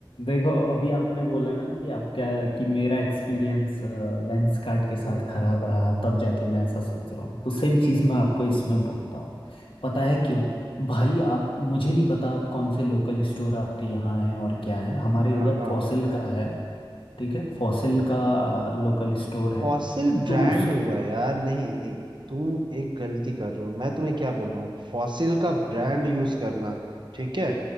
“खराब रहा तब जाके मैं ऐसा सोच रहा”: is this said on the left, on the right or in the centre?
Left